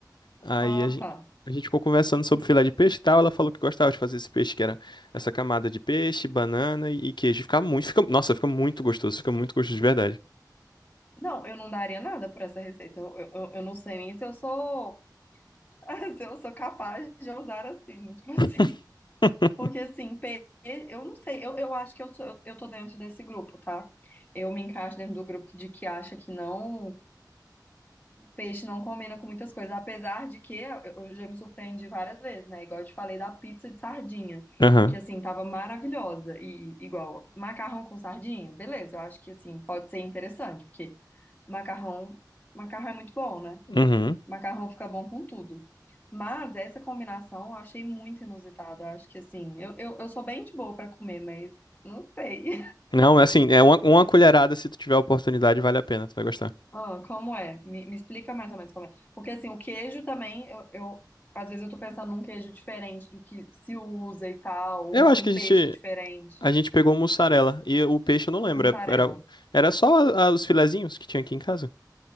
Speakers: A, on the left; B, on the left.
A: Aí
B: Ah,
A: a gente,
B: tá.
A: a gente ficou conversando sobre filé de peixe e tal, ela falou que gostava de fazer esse peixe, que era essa camada de peixe, banana e, e queijo. Fica muito, fica, nossa, fica muito gostoso, fica muito gostoso de verdade.
B: Não, eu não daria nada por essa receita. Eu, eu, eu não sei nem se eu sou. <laughs> Se eu sou capaz de usar assim. Tipo assim.
A: <laughs>
B: Porque assim, pe- eu não sei. Eu, eu acho que eu, sou, eu, eu tô dentro desse grupo, tá? Eu me encaixo dentro do grupo de que acha que não. Peixe não combina com muitas coisas, apesar de que eu já me surpreendi várias vezes, né? Igual eu te falei da pizza de sardinha,
A: Aham.
B: que assim tava maravilhosa e igual macarrão com sardinha, beleza? Eu acho que assim pode ser interessante, porque macarrão, macarrão é muito bom, né?
A: Uhum.
B: Macarrão fica bom com tudo. Mas essa combinação eu achei muito inusitada. Eu acho que assim, eu, eu, eu sou bem de boa pra comer, mas não sei.
A: Não, é assim, é uma, uma colherada, se tu tiver a oportunidade, vale a pena, tu vai gostar.
B: Ah, como é? Me, me explica mais ou menos como é. Porque assim, o queijo também, eu, eu- às vezes eu tô pensando num queijo diferente do que se usa e tal,
A: Eu
B: uma-
A: acho
B: um
A: que a
B: peixe
A: gente,
B: diferente,
A: a gente pegou mussarela e o peixe eu não lembro,
B: mussarela.
A: é- era, era só a- os filezinhos que tinha aqui em casa.